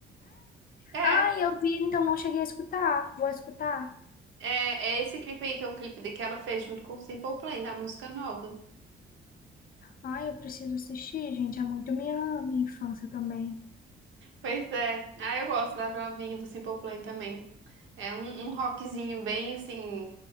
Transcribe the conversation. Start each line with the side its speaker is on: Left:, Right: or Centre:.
Right: É,
Left: Ai, eu vi, então não cheguei a escutar, vou escutar.
Right: é, é esse clipe aí que é o clipe de que ela fez junto com o Simple Plan, da música nova.
Left: Ai, eu preciso assistir, gente, é muito minha, minha infância também.
Right: Pois é. Ah, eu gosto da Avril Lavigne e do Simple Plan também. É um, um rockzinho bem, assim,